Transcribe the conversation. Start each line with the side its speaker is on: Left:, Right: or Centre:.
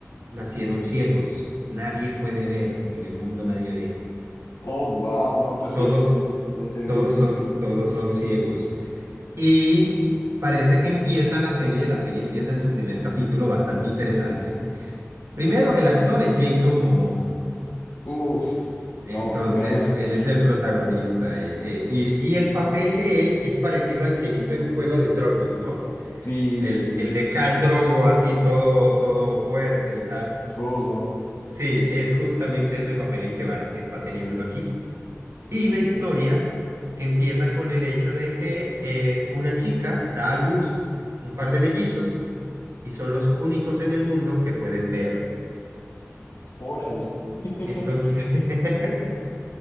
Right: nacieron ciegos. Nadie puede ver, en el mundo nadie ve.
Left: Oh, wow, no, pues
Right: Todos,
Left: ya enten- ya entendí
Right: todos
Left: el título.
Right: son, todos son ciegos. Y parece que empieza la serie, la serie empieza en su primer capítulo bastante interesante. Primero, el actor es Jason Momoa,
Left: Uf,
Right: entonces
Left: no, pues gran actor.
Right: él es el protagonista eh, eh, y, y el papel de él es parecido al que hizo en Juego de Tronos, ¿no?
Left: Sí,
Right: El,
Left: sí, sí.
Right: el de Khal Drogo, así todo, todo fuerte y tal.
Left: Rudo.
Right: Sí, es justamente ese papel el que va, está teniendo aquí. Y la historia empieza con el hecho de que eh, una chica da a luz un par de mellizos y son los únicos en el mundo que pueden ver.
Left: Órale. <laughs>
Right: Entonces, <laughs>